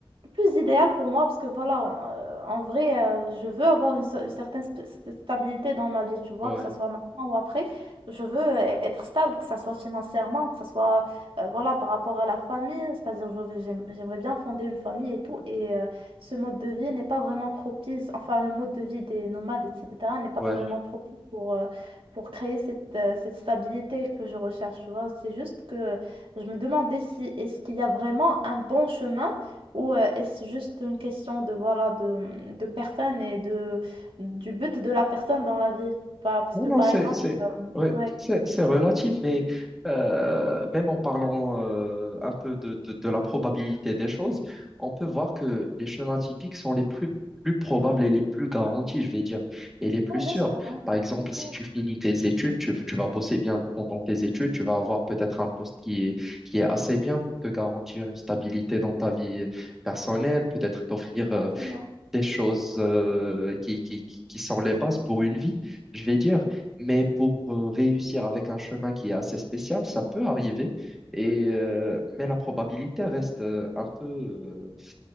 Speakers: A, on the right; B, in the centre.
A: plus idéal pour moi parce que voilà, en, euh, en vrai, euh, je veux avoir une, so- une certaine sp- st- stabilité dans ma vie, tu vois,
B: Ouais,
A: que ce soit maintenant ou après. Je veux euh, être stable, que ce soit financièrement, que ce soit euh, voilà, par rapport à la famille, c'est-à-dire je veux- j'aime- j'aimerais bien fonder une famille et tout. Et euh, ce mode de vie n'est pas vraiment propice, enfin, le mode de vie des nomades, etc., n'est pas
B: ouais.
A: vraiment propice pour, euh, pour créer cette, euh, cette stabilité que je recherche, tu vois. C'est juste que je me demandais si est-ce qu'il y a vraiment un bon chemin ou euh, est-ce juste une question de, voilà, de, de personne et de, du but de la personne dans la vie? Pas- Parce
B: Non,
A: que
B: non,
A: par
B: c'est,
A: exemple,
B: c'est, ouais,
A: ouais.
B: c'est, c'est relatif, mais euh, même en parlant euh, un peu de, de, de la probabilité des choses, on peut voir que les chemins typiques sont les plus, plus probables et les plus garantis, je vais dire, et les plus
A: Oui,
B: sûrs.
A: bien sûr. hein.
B: Par exemple, si
A: Oui,
B: tu finis tes études, tu, tu vas bosser bien pendant tes études, tu vas avoir peut-être un poste qui est, qui est assez bien pour te garantir une stabilité dans ta vie euh, personnelle, peut-être t'offrir
A: exactement.
B: euh, des choses euh, qui, qui, qui sont les bases pour une vie, je vais dire. Mais pour euh, réussir avec un chemin qui est assez spécial, ça peut arriver. Et, euh, mais la probabilité reste euh, un peu, euh,